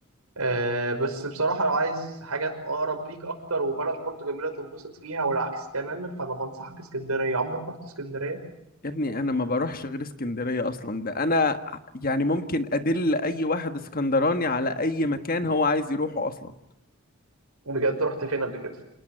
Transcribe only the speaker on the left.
يا ابني انا ما بروحش غير اسكندريه اصلا ده انا يعني ممكن ادل اي واحد اسكندراني على اي مكان هو عايز يروحه اصلا